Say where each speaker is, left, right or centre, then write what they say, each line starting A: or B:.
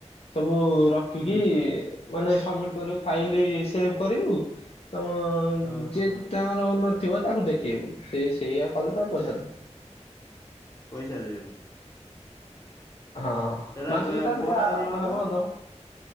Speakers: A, on the left; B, on the left.
A: ସବୁ ରଖିକି
B: ହୁଁ
A: ମାନେ ସବମିଟ୍ କରିବୁ ଫାଇଲ ସେଭ୍ କରିବୁ ତମ
B: ଓହୋ
A: ଯେ ତାର ଓନ ଥିବ ତାକୁ ଦେଖେଇବୁ ସେ ସେଇଆ କଲେ ତାକୁ ପଇସା ଦବ
B: ପଇସା ଦେବେ
A: ହଁ
B: ସେଟା
A: ମାସକୁ ତାର
B: ଫୋନ
A: ଯାହା
B: କରିହବ
A: ହବ
B: ତ
A: ଦବ